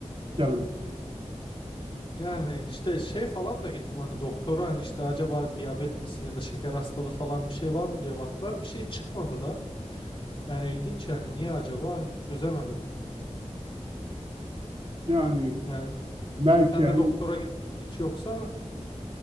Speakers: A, on the right (about 50°); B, on the left (about 45°).
A: canım.
B: Yani işte şey falan da gittim hani doktora hani işte acaba diyabet misin ya da şeker hastalığı falan bir şey var mı diye baktılar bir şey çıkmadı da yani ilginç yani niye acaba çözemedim.
A: Yani
B: Yani
A: belki
B: sen
A: yani.
B: de doktora gittin mi hiç yoksa?